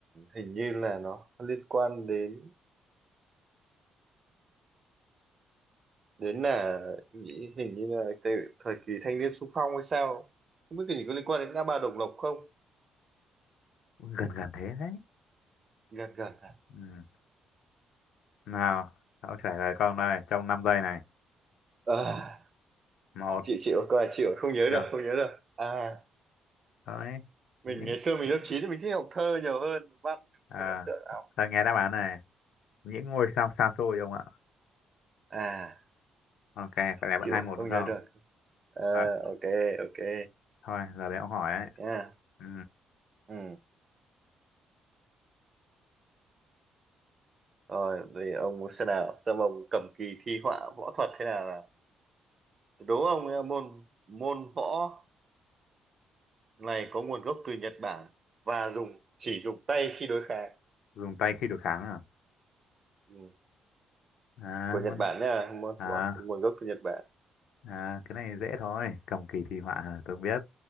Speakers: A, on the right; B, on the left.
A: hình như là nó liên quan đến đến là nghĩ hình như là cái thời kỳ thanh niên xung phong hay sao không biết cái gì có liên quan đến ngã ba Đồng Lộc không
B: gần gần thế đấy.
A: gần gần à,
B: Ừ. Nào, ông trả lời con đây trong 5 giây này.
A: à
B: Một,
A: chịu chịu có là chịu không nhớ
B: chưa?
A: được không nhớ được à
B: Đấy.
A: mình
B: Những
A: ngày xưa mình lớp 9 thì mình thích học thơ nhiều hơn văn thì mình
B: À,
A: không ấn tượng nào
B: thôi nghe đáp án này. Những ngôi sao xa xôi ông ạ.
A: à
B: Ok, phải là bạn
A: chịu
B: hai
A: rồi,
B: một đúng
A: không
B: không?
A: nhớ được à,
B: Đấy,
A: ok ok
B: thôi, giờ đấy ông hỏi ấy.
A: được nha
B: Ừ,
A: ừ rồi thì ông muốn xem nào xem ông cầm kỳ thi họa võ thuật thế nào nào đố ông ấy là môn môn võ này có nguồn gốc từ Nhật Bản và dùng chỉ dùng tay khi đối kháng
B: dùng tay khi đối kháng à?
A: ừ.
B: À,
A: của Nhật
B: muốn...
A: Bản nha môn
B: À,
A: võ nguồn gốc từ Nhật Bản
B: à, cái này dễ thôi. Cầm kỳ thi họa hả? tôi cũng biết.